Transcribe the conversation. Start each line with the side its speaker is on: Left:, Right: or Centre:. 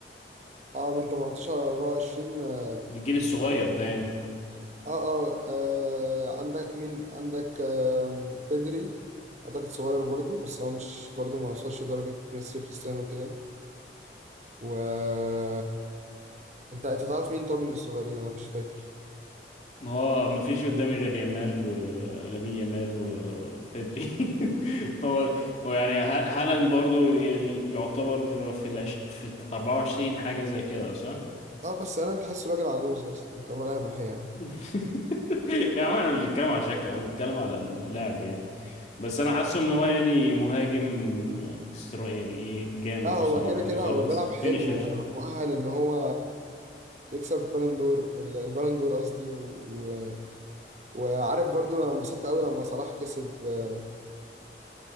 Right: اه من 18 ل 24 آه.
Left: الجيل الصغير
Right: عندك
Left: ده يعني
Right: آه, اه اه عندك مين عندك آه بيدري اعتقد صغير برضو بس هو مش برضو ما وصلش لدرجة ميسي وكريستيانو وكده و انت انت تعرف مين طب من الصغيرين انا مش فاكر
Left: ما هو ما فيش قدامي غير يامال ولامين يامال وبيدري <laughs> هو هو يعني ها- هالاند برضو يعني يعتبر في العش... في 24 حاجه زي كده صح؟
Right: اه بس انا انت حاسه راجل عجوز اصلا كملامح يعني
Left: <laughs> يا عم انا مش بتكلم على شكل انا بتكلم على اللعب يعني بس انا حاسه ان هو يعني مهاجم استرا يعني ايه جامد
Right: لا هو
Left: بصراحه
Right: كده
Left: يعني
Right: كده
Left: بيخلص
Right: هو بيلعب
Left: فينيشر
Right: حلو يعني هو مؤهل ان هو يكسب بالون دور البالون دور قصدي و... وعارف برضو انا انبسطت قوي لما صلاح كسب آه